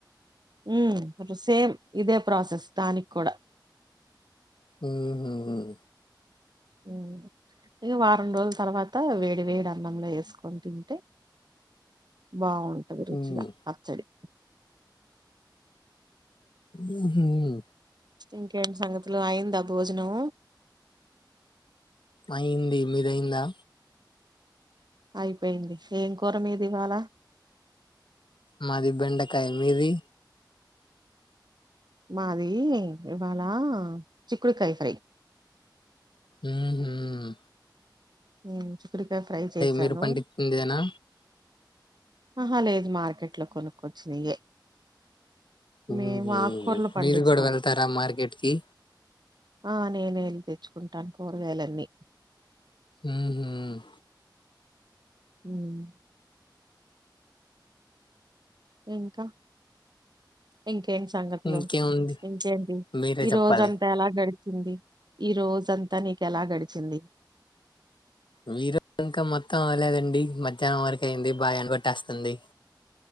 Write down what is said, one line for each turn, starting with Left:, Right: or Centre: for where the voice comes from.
Right: ఉమ్ సేమ్ ఇదే ప్రాసెస్ దానికి కూడా
Left: ఊహ్మ్మ్
Right: మ్ ఇగ వారం రోజుల తర్వాత వేడి వేడి అన్నంలో వేసుకొని తింటే బాగుంటది రుచిగా
Left: హ్మ్.
Right: పచ్చడి
Left: మ్ హమ్
Right: ఇంకేమి సంగతులూ అయిందా భోజనం
Left: అయింది మీద్ అయిందా
Right: అయిపోయింది ఏం కూర మీది ఇవాల
Left: మాది బెండకాయ మీది
Right: మాది ఇవాళ చిక్కుడుకాయ ఫ్రై
Left: ఉహ్మ్
Right: ఉమ్ చిక్కుడుకాయ ఫ్రై చేసను
Left: మీరు పండించిందేనా
Right: ఆహా లేదు మార్కెట్లో కొనుక్కొచ్చినయే
Left: ఉమ్
Right: మేము ఆకుకూరలు పండిస్తాం
Left: మీరు కూడా వెళ్తారా మార్కెట్ కి
Right: ఆ నేనే వెళ్లి తెచ్చుకుంటాను కూరగాయలన్నీ
Left: ఊహ్మ్మ్మ్
Right: ఉమ్ ఇంకా ఇంక్ ఎమ్ సంగతిలో
Left: ఇంకేముంది
Right: ఇంకేంటి
Left: మీరే
Right: ఈ
Left: చెప్పాలి
Right: రోజంతా ఎలా గడిచింది ఈ రోజ్ దంత నీకెలా గడిచింది
Left: మీరో ఇంకా మొత్తం అవ్వలేదండి మధ్యాహ్నం వరకు అయింది బాగా ఎండ కొట్టెస్తుంది